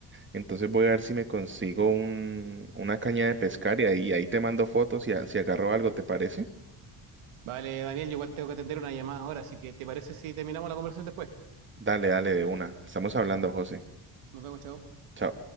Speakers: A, on the right; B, on the right.
A: Entonces voy a ver si me consigo un, una caña de pescar y ahí, ahí te mando fotos y a- si agarro algo, ¿te parece?
B: Vale, Daniel, yo igual tengo que atender una llamada ahora, así que ¿te parece si terminamos la conversación después?
A: Dale, dale, de una. Estamos hablando, José.
B: Nos vemos, chao.
A: Chao.